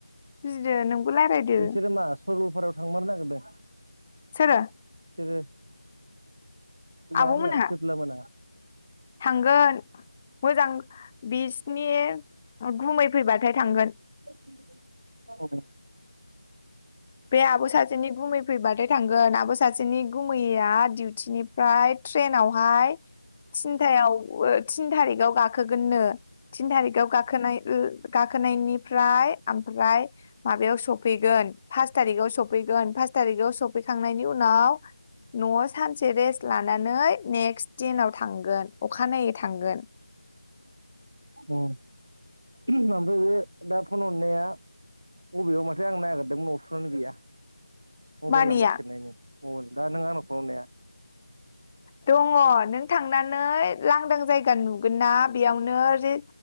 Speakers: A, on the left; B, on the right.
A: बुजिदो नोंबो रायज्लायदो।
B: बिसोरो मा सरलपारायाव थांमारनो नागिरदों।
A: सोरो?
B: बिसोरो माबा
A: आब'मोनहा
B: मोना फेफला मोना।
A: थांगोन मोजां बिसनि गुमै फैबाथाय थांगोन।
B: <unintelligible>
A: बे आब' सासेनि गुमै फैबाथाय थांगोन आब' सा सासेनि गुमैैया डिउटिनिफ्राय ट्रेनावहाय थिनथायाव थिन थारिकआव गाखोगोननो थिन थारिखआव गाखोनाय ओ गाखोनायनिफ्राय ओमफ्राय माबायाव सफैगोन फास थारिखाव सफैगोन फास थारिकाव सफैखांनायनि उनाव न'आव सानसे रेस्ट लानानै नेक्स्ट दिनाव थांगोन अखानायै थांगोन।
B: उम आमफाय बे दा फन हरनाया बबेयाव माथो आं नागिरदोंमोन अफसनानो गैया। मबेल
A: मानिया
B: नाम्बार सेरनायनि <unintelligible> दा नों आंनाव फन हरनाया
A: दङ नों थांनानै लांदां जायगा नुगोनना बेयावनो रे